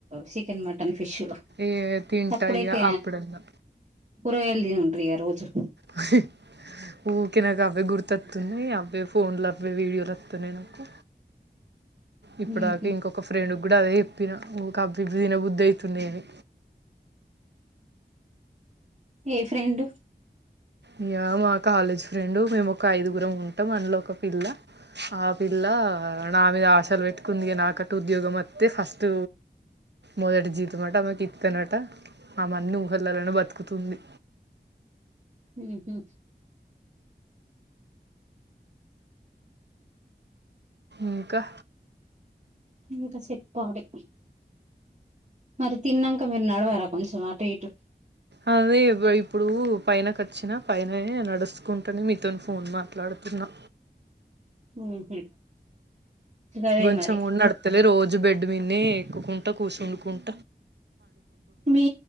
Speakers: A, on the right (about 45°); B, on the right (about 75°).
A: chicken mutton fish లు
B: ఏ తింట
A: సప్పుడేక
B: ఇగ అప్పుడన్నా
A: కూరగాయలు తినుండ్రి ఇగ రోజు
B: ఫ ఊకే నాకు అవ్వే గుర్తు వస్తున్నాయి అవ్వే ఫోన్ల అవే వీడియోలు వస్తున్నాయి నాకు ఇప్పుడాక
A: ఉహు
B: ఇంకొక ఫ్రెండ్ కూడా అదే చెప్పిన ఊకే అవి ఇవి తినబుద్ అవుతుంది అని
A: ఏ ఫ్రెండు
B: ఇగ మా కాలేజ్ ఫ్రెండ్ మేము ఒక ఐదుగురం ఉంటాం అందులో ఒక పిల్ల ఆ పిల్ ల నా మీద ఆసలు పెట్టుకుంది నా కట ఉద్యోగం మ తె ఫస్ట్ మొదట జీతం అట ఆమెకు ఇత్ కనట ఆ మన్ని ఊహలలనే బతుకుతుంది
A: ఉహు
B: ఇంకా
A: ఇంకా చెెప్పాలి మరి తిన్నంక మీరు నడవరా కొంచెం అటు ఇటు
B: అదే అబ ఇప్పుడు పైనకు వచ్చిన పైననె నడుచకుంటానే మీతోని ఫోన్ మాట్లాడుతున్నా
A: ఉహు గదే
B: కొంచెం
A: మరి
B: కూడ నడతలే రోజు బెడ్ మీదనె ఎక్కుకుంటా కూర్చుంకుంట
A: మీ